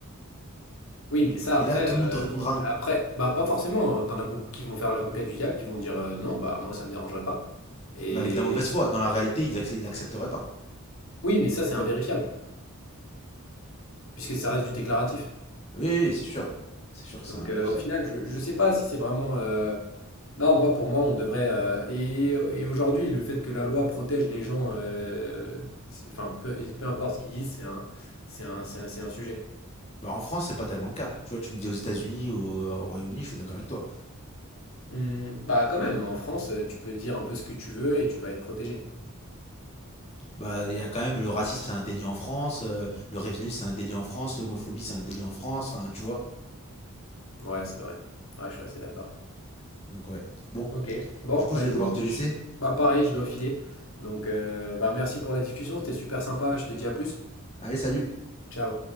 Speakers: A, on the left (about 65°); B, on the left (about 30°).
A: Oui, mais ça après,
B: Et là, tout
A: heu,
B: le monde te répondra non.
A: après, bah, pas forcément, hein. Tu as beaucoup qui vont faire l'avocat du diable, qui vont dire, heu: «Non, bah, moi ça me dérangerait pas» et
B: Mais avec de la mauvaise foi. Dans la réalité, ils accepteraient l'accepteraient pas.
A: oui, mais ça c'est
B: Pas-
A: invérifiable, puisque ça reste du déclaratif.
B: Oui, oui, c'est sûr. C'est sûr que
A: Donc,
B: c'est invérifiable.
A: heu, au final, je je sais pas si c'est vraiment, heu non, moi pour moi on devrait, heu et et aujourd'hui le fait que la loi protège les gens, heu, c'est enfin peu peu importe ce qu'ils disent, c'est un c'est un c'est un c'est un sujet.
B: Bah, en France, c'est pas tellement le cas. Tu vois, tu me dis aux États-Unis, au, au Royaume-Uni, je suis d'accord avec toi.
A: Mmh, bah, quand même, en France, heu, tu peux dire un peu ce que tu veux et tu vas être protégé.
B: bah, il y a quand même le racisme, c'est un délit en France, euh, le révisionnisme, c'est un délit en France, l'homophobie, c'est un délit en France, enfin, tu vois.
A: Ouais, c'est vrai. Ouais, je suis assez d'accord.
B: Donc, ouais. Bon,
A: Ok. Bon,
B: du coup,
A: bah
B: je vais
A: écoute,
B: devoir te
A: je-
B: laisser.
A: bah pareil, je dois filer. Donc, euh, bah merci pour la discussion, c'était super sympa. Je te dis à plus.
B: Allez, salut!
A: Ciao.